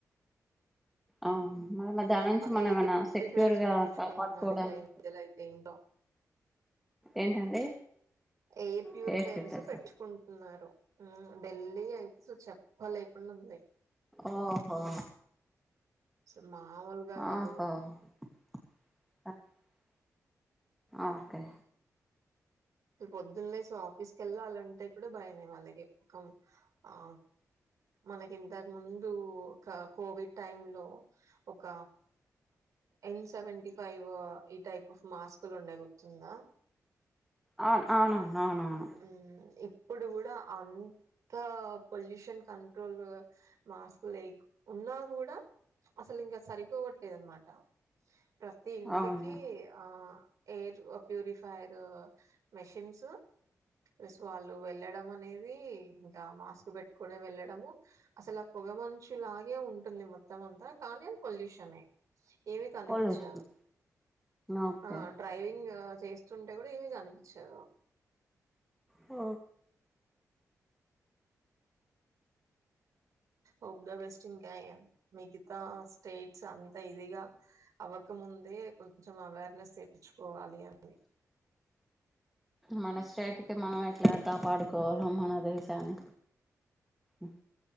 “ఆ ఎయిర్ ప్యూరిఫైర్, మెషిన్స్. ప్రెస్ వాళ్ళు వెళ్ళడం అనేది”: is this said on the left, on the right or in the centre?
Right